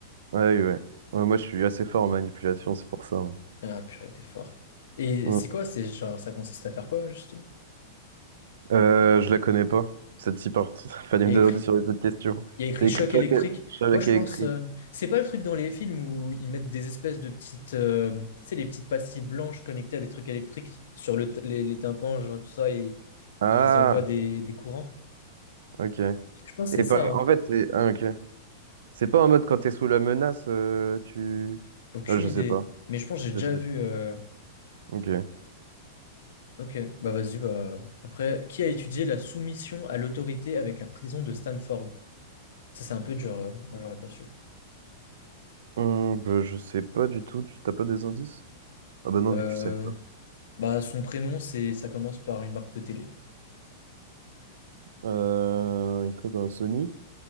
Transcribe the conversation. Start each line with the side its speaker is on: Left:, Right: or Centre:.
Right: Ah oui, ouais. Ouais, moi, je suis assez fort en manipulation, c'est pour ça. hein.
Left: Ah purée, t'es fort. Et
Right: Mm.
Left: c'est quoi? C'est genre, ça consiste à faire quoi, justement?
Right: Euh, je la connais pas, cette six portes. <laughs> Il fallait
Left: Il
Right: me
Left: y
Right: demander
Left: a écrit,
Right: sur les autres questions.
Left: il y a écrit
Right: C'est
Left: choc
Right: écrit choc,
Left: électrique.
Right: é- choc
Left: Moi, je
Right: électrique.
Left: pense, euh, c'est pas le truc dans les films où ils mettent des espèces de petites, euh, tu sais, les petites pastilles blanches connectées à des trucs électriques sur le t- les, les tympans, genre tout ça, et
Right: Ah,
Left: ils envoient des, des courants.
Right: ok.
Left: Je pense
Right: Et
Left: que c'est
Right: pas,
Left: ça. hein.
Right: en fait, c'est ah, ok. C'est pas en mode quand t'es sous la menace, euh, tu.
Left: Aucune
Right: Ah, je
Left: idée.
Right: sais pas.
Left: Mais je pense que j'ai déjà
Right: Je sais pas
Left: vu.
Right: du-
Left: euh,
Right: Ok.
Left: Ok, bah vas-y, bah après, qui a étudié la soumission à l'autorité avec la prison de Stanford? Ça, c'est un peu dur. euh, moi, j'aurais pas su.
Right: Hum, bah, je sais pas du tout. Tu t'as pas des indices? Ah bah non,
Left: Euh,
Right: vu que tu sais pas.
Left: bah, son prénom, c'est, ça commence par une marque de télé.
Right: Euh, écoute, euh, Sony,